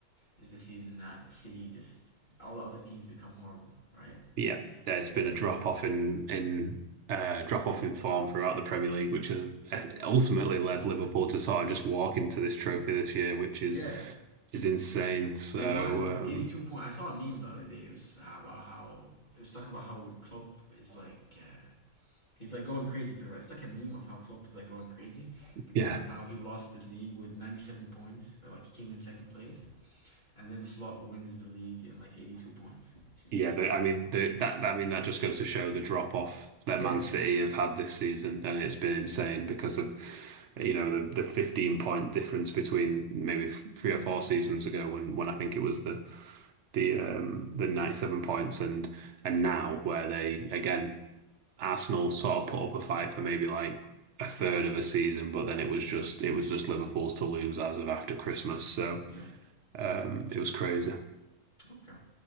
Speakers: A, on the left; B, on the right.
A: is the season that City just all the other teams become horrible, right?
B: But yeah, there's
A: Yeah,
B: been a drop off in in uh, drop off in form throughout the Premier League, which has uh, ultimately led Liverpool to sort of just walk into this trophy this year, which is
A: yeah.
B: is insane. So
A: They won it with
B: um,
A: 82 points. I saw a meme the other day. It was uh, about how it was talking about how Klopp is like uh, he's like going crazy. Pretty much, it's like a meme of how Klopp is like going crazy because
B: yeah,
A: of how he lost the league with 97 points. Or like he came in second place And then Slot wins the league in like 82 points. It's just
B: Yeah,
A: crazy.
B: they, I mean they, that. I mean that just goes to show the drop off that
A: Yeah.
B: Man City have had this season, and it's been insane because of you know the the 15 point difference between maybe f- three or four seasons ago when when I think it was the the um the 97 points and and now where they again Arsenal sort of put up a fight for maybe like a third of a season, but then it was just it was just Liverpool's to lose as of after Christmas, so
A: Yeah.
B: um
A: Yep, yep, yep.
B: it was crazy.
A: Okay.